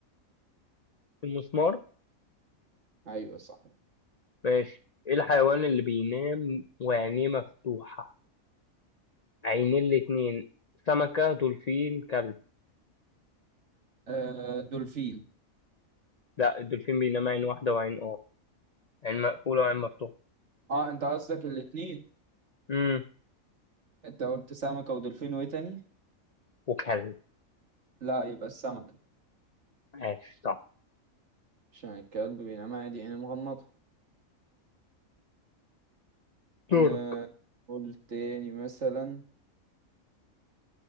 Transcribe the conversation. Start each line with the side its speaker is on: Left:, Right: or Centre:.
Left: المسمار
Right: ايوه صح
Left: ماشي ايه الحيوان اللي بينام وعينيه مفتوحة عينيه الاتنين سمكة دولفين كلب
Right: آه دولفين
Left: لا الدولفين بينام عين واحدة وعين اه عين مقفولة وعين مفتوحة
Right: اه انت قصدك الاتنين
Left: امم
Right: انت قلت سمكة ودولفين وايه تاني
Left: وكلب
Right: لا يبقى السمكة
Left: ماشي صح
Right: عشان الكلب بينام عادي يعني مغمضة
Left: دورك
Right: ن- قول تاني مثلا